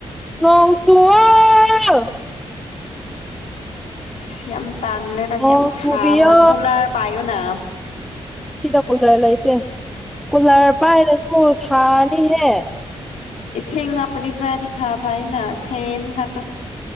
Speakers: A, in the centre; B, on the left.
A: ꯅꯣꯡꯁꯨꯨ
B: ꯌꯥꯝ ꯇꯥꯟꯂꯦ ꯇꯁꯤ
A: ꯅꯣꯡ
B: ꯌꯥꯝ ꯁꯝ
A: ꯆꯨꯕꯤꯌꯣ
B: ꯀꯂꯥ ꯄꯥꯏꯌꯣꯅ
A: ꯁꯤꯗ ꯀꯨꯂꯔ ꯂꯩꯇꯦ ꯀꯨꯂꯔ ꯄꯥꯏꯔꯁꯨ ꯁꯥꯅꯤꯍꯦ
B: ꯏꯁꯤꯡ ꯍꯥꯞꯄꯗꯤ ꯈꯔꯗꯤ ꯐ ꯐ ꯍꯥꯏꯅ ꯐꯦꯟ ꯉꯥꯛꯇ